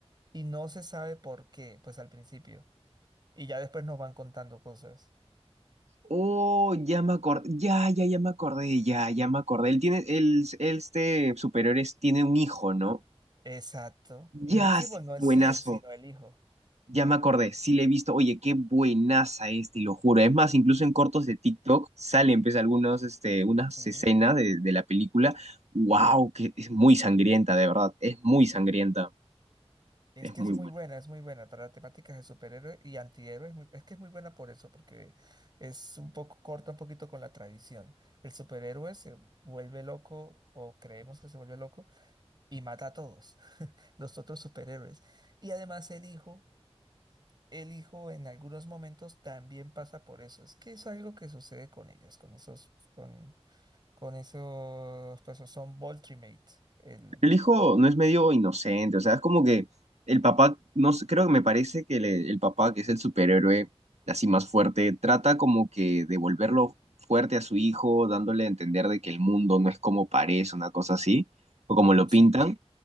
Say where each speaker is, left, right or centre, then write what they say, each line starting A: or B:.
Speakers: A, on the right (about 40°); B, on the right (about 80°).
A: Y no se sabe por qué, pues al principio. Y ya después nos van contando cosas.
B: Oh, ya me acordé, ya, ya, ya me acordé, ya, ya me acordé. Él tiene, él, él, este superior es- tiene un hijo, ¿no?
A: Exacto.
B: Ya,
A: Invincible
B: sí,
A: no
B: buenazo.
A: es él, sino el hijo.
B: Ya me acordé, sí le he visto. Oye, qué buenaza es, te lo juro. Es más, incluso en cortos de TikTok salen, pues, algunos, este, unas
A: Sí,
B: escenas de, de la película. Wow, que es muy sangrienta, de verdad. Es muy sangrienta.
A: Es
B: Es
A: que
B: muy
A: es muy
B: buena.
A: buena, es muy buena para temáticas de superhéroes y antihéroes. Es, muy- es que es muy buena por eso, porque es un poco corta un poquito con la tradición. El superhéroe se vuelve loco, o creemos que se vuelve loco, y mata a todos <laughs> los otros superhéroes. Y además el hijo, el hijo en algunos momentos también pasa por eso. Es que es algo que sucede con ellos, con esos, con, con esos, pues son Voltrimate. El,
B: El hijo no es medio inocente, o sea, es como que el papá, no sé, creo que me parece que le- el papá, que es el superhéroe así más fuerte, trata como que de volverlo fuerte a su hijo, dándole a entender de que el mundo no es como parece, una cosa así, o como lo
A: sí,
B: pintan.